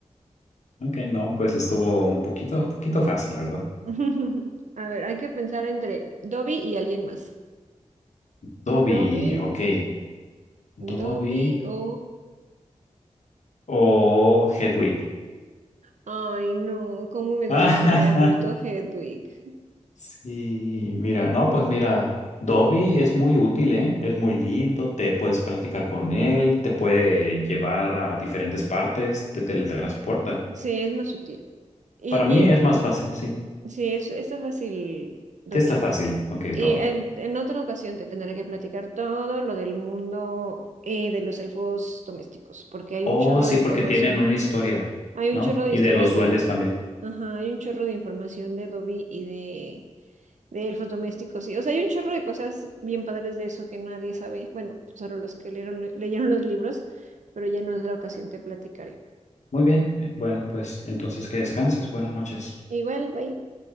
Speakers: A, on the left (about 70°); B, on the right (about 80°).
A: Ok, no, pues estuvo un poquito, poquito fácil, ¿verdad?
B: <laughs> A ver, hay que pensar entre Dobby y alguien más.
A: Dobby,
B: Dobby,
A: ok. Dobby
B: Dobby o...
A: o Hedwig.
B: Ay, no, cómo me duele
A: <laughs>
B: que se haya muerto Hedwig.
A: Sí, mira, no, pues mira, Dobby es muy útil, ¿eh? Es muy lindo, te puedes platicar con él, te puede llevar a diferentes partes, te teletransporta.
B: Sí, es más sutil. Y,
A: Para mí es más fácil, sí.
B: y sí, es, está fácil, Dobby.
A: Te está fácil, ok,
B: Y
A: Dobby.
B: en, en otra ocasión te tendré que platicar todo lo del mundo eh, de los elfos domésticos, porque hay
A: Oh,
B: un chorro
A: sí,
B: de información.
A: porque tienen una historia,
B: Hay
A: ¿no?
B: un chorro de
A: Y
B: historias
A: de los
B: de...
A: duendes también.
B: Ajá, hay un chorro de información de Dobby y de, de elfos domésticos. Y, o sea, hay un chorro de cosas bien padres de eso que nadie sabe. Bueno, solo los que leyeron, leyeron los libros pero ya en otra ocasión te platicaré.
A: Muy bien, eh, bueno, pues entonces que descanses, buenas noches.
B: Igual, bye.